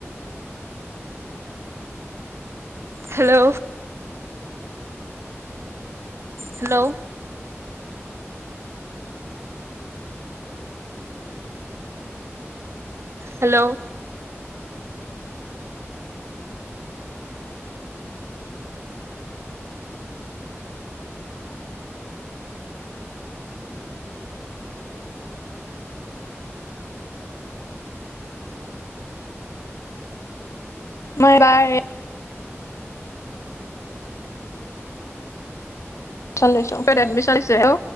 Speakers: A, on the right (about 60°); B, on the left (about 80°).
A: hello hello hello
B: মই এইবাৰ এডমিশ্যন লৈছো কত এডমিশ্যন হৈছে হেল্ল